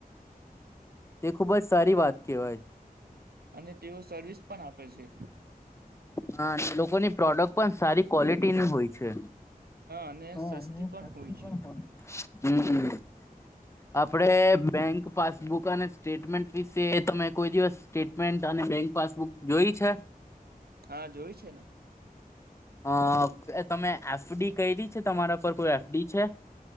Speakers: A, on the left; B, on the right.
A: ને ખૂબ જ સારી વાત કેવાય.
B: અને તેઓ સર્વિસ પણ આપે છે.
A: હા, લોકોની પ્રોડક્ટ પણ સારી ક્વોલિટીની હોય છે.
B: અને
A: હા અને સસ્તી
B: પણ હોય છે
A: પણ હોય હમ્મ. આપરે બેંક પાસબુક અને સ્ટેટમેન્ટ ની વિશે તમે કોઈ દિવસ સ્ટેટમેન્ટ અને બેંક પાસબુક જોઈ છે?
B: હા જોય છે ને.
A: અ તમે એફડી કયરી. છે તમારા પર કોઈ એફડી છે.